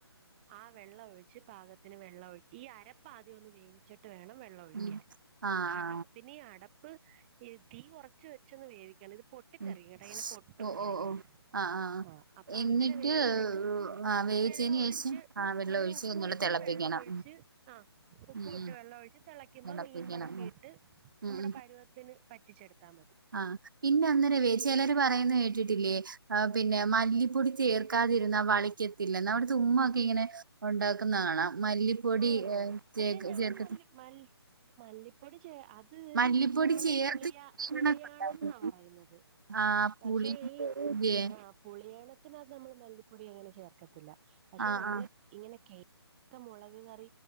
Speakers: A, on the right; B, on the right.
A: ആ വെള്ളൊഴിച്ച് പാകത്തിന് വെള്ളമഴി ഈ അരപ്പ് ആദ്യം ഒന്ന് വേവിച്ചിട്ട് വേണം വെള്ളൊഴി
B: ഉം. ആ
A: <unintelligible>
B: ആ
A: പിന്നെ ആ അടപ്പ് തീ കൊറച്ച് വെച്ച് വേവിക്കണം ഇത് പൊ പൊട്ടിതെറിക്കും
B: ഉം
A: കേട്ട ഇങ്ങനെ പൊട്ടും
B: ഓ
A: ഇങ്ങനങ്ങെ
B: ഓ ഓ ആഹ് ആഹ്
A: ആ അപ്പൊ
B: എന്നിട്ട്
A: അങ്ങനെ വേവിച്ചിട്ട്
B: ആ വേവിച്ചതിന്
A: വെള്ളം ഒഴിച്ച്
B: ശേഷം ആ വെള്ളം
A: നമ്മള്
B: ഒഴിച്ച്
A: ഉപ്പു
B: ഒന്നുകൂടെ
A: ഇട്ട്
B: തിളപ്പിക്കണം
A: വെള്ളം ഒഴിച്ച് ആഹ് ഉപ്പ്
B: ഉം ഉം
A: ഇട്ട് വെള്ള ഒഴിച്ച് തിളയ്ക്കുമ്പോ
B: തിളപ്പിക്കണം
A: മീൻ പറക്കിയിട്ട്
B: ഉം ഉം
A: നമ്മുടെ
B: ഉം
A: പരുവത്തിന് പറ്റിച്ചെടുത്താൽ മതി
B: ആ പിന്റെ അന്നേരവേ ചിലർ പറയുന്ന കേ പിന്നെ മല്ലിപ്പൊടി ചേർക്കാതിരുന്ന വളിക്കത്തില്ല ചുമ്മൊക്കെ ഇങ്ങനെ ഉണ്ടാക്കുന്നത കാണാം മല്ലിപ്പൊടി
A: ആണോ പക്ഷെ
B: ചേ
A: ഞാൻ
B: ചേർക്ക
A: മല്ലി മല്ലിപ്പൊടി ചേർ ആ അത്
B: മല്ലിപ്പൊടി
A: നമ്മളെ
B: ചേർത്ത്
A: പുളിയാ
B: ഇങ്ങനൊക്കെ
A: പുളിയാണെന്നാ
B: ഉണ്ടാക്കും.
A: പറയുന്നത്
B: ആ പുളി
A: പക്ഷേ ഈ
B: ഇല്ലേ
A: ആ പുളിയണത്തിനകത് നമ്മൾ മല്ലിപ്പൊടി അങ്ങനെ ചേർക്കത്തില്ല പക്ഷെ
B: ആ
A: നമ്മള
B: ആ
A: ഇങ്ങനെ കേൾക്ക മുളക് കറി